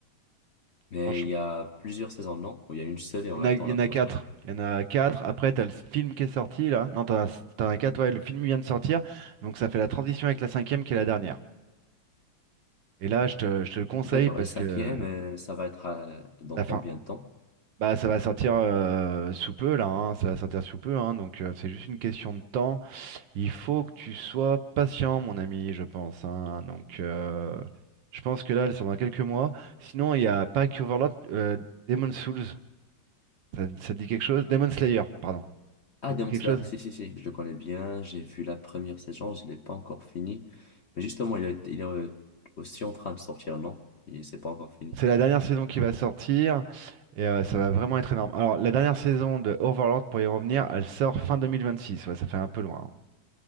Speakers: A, on the left (about 45°); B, on the right (about 70°).
A: Mais
B: Franchement,
A: il y a plusieurs saisons, non? Ou Il y a une seule et on
B: il y en
A: attend
B: a, il y
A: la
B: en
A: prochaine.
B: a 4. Il y en a quatre. Après, t'as le film qui est sorti, là. Non, t'en as, t'en as 4, ouais. Le film vient de sortir. Donc, ça fait la transition avec la cinquième qui est la dernière. Et là, je te, je te le conseille
A: D'accord,
B: parce
A: et la cinquième,
B: que
A: euh, ça va être euh, dans
B: la
A: combien
B: fin.
A: de temps?
B: Bah, ça va sortir euh, sous peu, là. hein. Ça va sortir sous peu, hein. Donc, euh, c'est juste une question de temps. Il faut que tu sois patient, mon ami, je pense. hein. Donc, euh, je pense que là, elle sort dans quelques mois. Sinon, il y a pas que Overlord, euh, Demon Souls. Ça, ça te dit quelque chose? Demon Slayer, pardon.
A: Ah,
B: Ça te
A: Demon
B: dit quelque
A: Slayer,
B: chose?
A: si, si, si, je le connais bien, j'ai vu la première saison, je l'ai pas encore fini. Mais justement, il est, il est euh, aussi en train de sortir, non? Il c'est pas encore fini.
B: C'est la dernière saison qui va sortir et euh, ça va vraiment être énorme. Alors, la dernière saison de Overlord, pour y revenir, elle sort fin 2026. Ouais, ça fait un peu loin. hein.